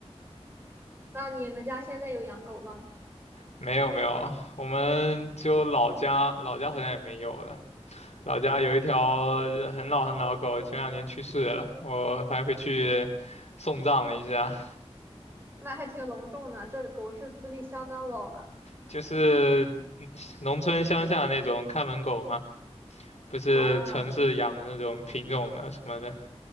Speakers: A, on the right; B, on the left.
A: 那你们家现在有养狗吗？
B: 没有没有，我们只有老家，老家好像也没有了。老家有一条呃很老很老狗，前两年去世了，我还回去送葬了一下。
A: 那还挺隆重的，这狗是资历相当老了
B: 就是农村乡下那种看门狗嘛，不是城市养的那种品种的什么的。
A: 啊。